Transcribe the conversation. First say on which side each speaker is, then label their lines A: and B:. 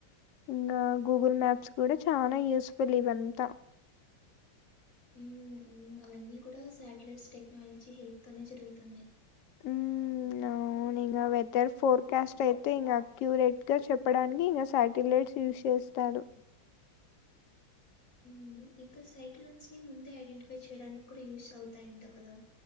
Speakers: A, on the left; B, on the left.
A: ఇంకా గూగుల్ మ్యాప్స్ కూడా చాలా యూస్ఫుల్ ఇవంతా.
B: మ్ మ్ అవన్నీ కూడా సాటిలైట్స్ టెక్నాలజీ హెల్ప్ తోనే జరుగుతన్నాయి
A: ఉమ్, అవును. వెదర్ ఫోర్కాస్ట్ అయితే ఇనాక్యూరేట్గా చెప్పడానికి ఇంగా సాటిలైట్స్ యూస్ చేస్తారు
B: మ్ ఇంకా సైక్లోన్స్ ని ముందే ఐడెంటిఫై చేయడానికి కూడా యూస్ అవుతాయంట కదా.